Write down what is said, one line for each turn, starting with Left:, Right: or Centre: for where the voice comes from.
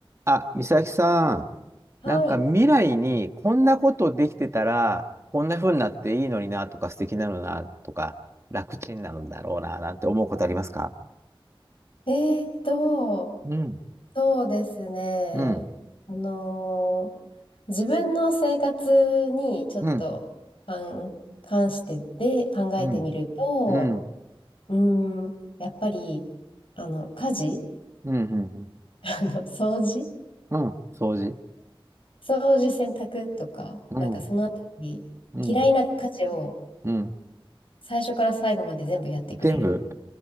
Right: あ、美咲さん、
Left: はい。
Right: なんか未来にこんなことできてたら、こんな風になっていいのになとか素敵なのになとか、楽ちんなのだろうななんて思うことありますか
Left: えーっと、
Right: うん、
Left: そうですね。
Right: うん、
Left: あのー自分の生活にちょっと関、
Right: うん、
Left: あん関してで考えてみると、
Right: うん、うん、
Left: うーん、やっぱり、あの、家事、
Right: うん、うん、うん、
Left: <laughs> あの、掃除、
Right: うん掃除
Left: 掃除、洗濯とか、
Right: うん、
Left: なんかそのあたり、
Right: うん、
Left: 嫌いな家事を
Right: うん、
Left: 最初から最後まで全部やってくれる
Right: 全部